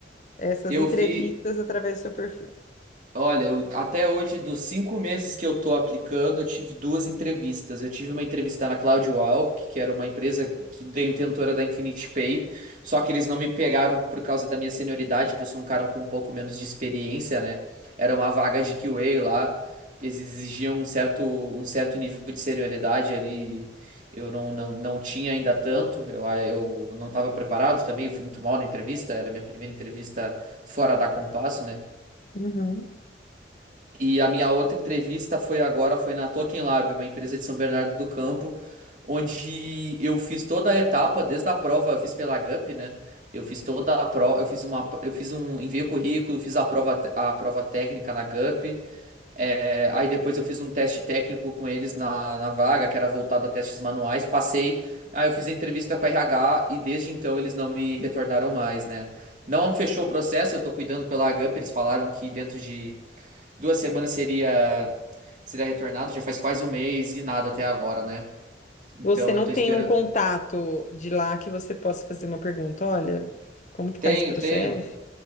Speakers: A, on the left; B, on the right.
A: essas
B: Eu
A: entrevistas
B: fiz.
A: através do seu perfil?
B: Olha, eu- até hoje, dos cinco meses que eu tô aplicando, eu tive duas entrevistas. Eu tive uma entrevista na CloudWalk, que era uma empresa que detentora da Infinity Pay, só que eles não me pegaram por causa da minha senioridade, que eu sou um cara com um pouco menos de experiência, né? Era uma vaga de QA lá, que eles exigiam um certo, um certo nível de senioridade ali. Eu não, não, não tinha ainda tanto, eu, eu não estava preparado também, eu fui muito mal na entrevista, era a minha primeira entrevista fora da compasso, né?
A: Uhum.
B: E a minha outra entrevista foi agora, foi na Token Lab, uma empresa de São Bernardo do Campo, onde eu fiz toda a etapa, desde a prova, eu fiz pela GUP, né? Eu fiz toda a prova, eu fiz uma, eu fiz um, enviei o currículo, fiz a prova, te- a prova técnica na GUP, é, aí depois eu fiz um teste técnico com eles na, na vaga, que era voltado a testes manuais, passei, aí eu fiz a entrevista com a RH e desde então eles não me retornaram mais, né? Não fechou o processo, eu tô cuidando pela GUP, eles falaram que dentro de Duas semanas seria seria retornado, já faz quase um mês e nada até agora, né? Então
A: Você não
B: eu tô
A: tem
B: esperando.
A: um contato de lá que você possa fazer uma pergunta, olha, como que
B: Tenho,
A: tá esse processo?
B: tenho,